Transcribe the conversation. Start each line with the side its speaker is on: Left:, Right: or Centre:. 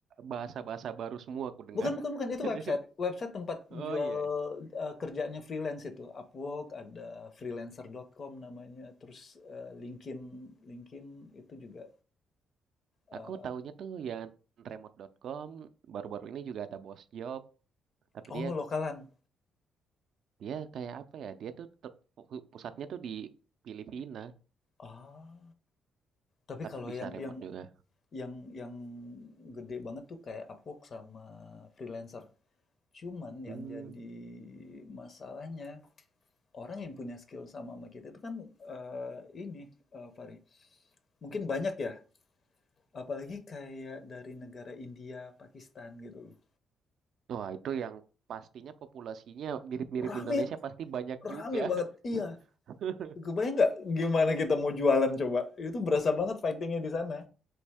Right: bahasa-bahasa baru semua aku dengar.
Left: Bukan bukan bukan, itu
Right: <laughs>
Left: website. Website tempat
Right: Oh
Left: jual,
Right: iya,
Left: eee, kerjaannya freelance itu. Upwork, ada freelancer.com namanya, terus, eee, LinkedIn LinkedIn itu juga, eee
Right: Aku taunya tuh yang remote.com baru-baru ini juga ada boss Job, tapi
Left: oh,
Right: dia
Left: Lokalan.
Right: dia kayak apa ya? Dia tuh ter- pu- pusatnya tuh di Filipina,
Left: ah tapi
Right: tapi
Left: kalau
Right: bisa
Left: yang
Right: remote
Left: yang
Right: juga.
Left: yang yang gede banget tuh kayak Upwork sama freelancer. Cuman yang
Right: Hmm.
Left: jadi masalahnya, orang yang punya skill sama sama kita itu kan, eee, ini, eee, Fahri, mungkin banyak ya Apalagi kayak dari negara India, Pakistan gitu loh.
Right: Wah, itu yang pastinya populasinya mirip-mirip
Left: Rame,
Right: Indonesia pasti banyak juga.
Left: rame banget. Iya.
Right: <laughs>
Left: Kebayang nggak gimana kita mau jualan coba? Itu berasa banget fightingnya di sana.